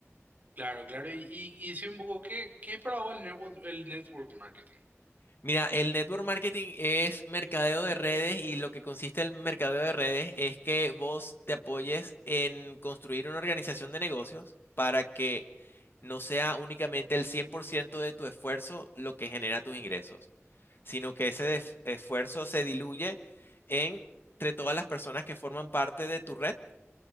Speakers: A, on the right; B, on the left.
A: Claro, claro. Y, y, y decime un poco, ¿qué, qué es para vos el network, el network marketing?
B: Mira, el network marketing es mercadeo de redes y lo que consiste el mercadeo de redes es que vos te apoyes en construir una organización de negocios para que no sea únicamente el 100% de tu esfuerzo lo que genera tus ingresos, sino que ese def- esfuerzo se diluye en- entre todas las personas que forman parte de tu red,